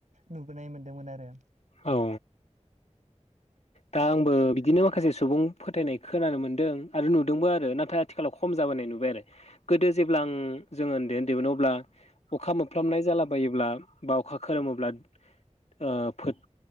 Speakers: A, on the right; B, on the left.
A: नुबोनाय मोनदोंमोन आरो।
B: औ दा आंबो बिदिनो माखासे सुबुं फोथायनाय खोनानो मोनदों आरो नुदोंबो आरो नाथाय आथिखालाव खम जाबोनाय नुबाय आरो। गोदो जेब्ला आं जों ओन्दै ओन्दैमोन अब्ला अखा मोनोफ्लाबनाय जालाबायोब्ला बा अखा खोरोमोब्ला ओ फोद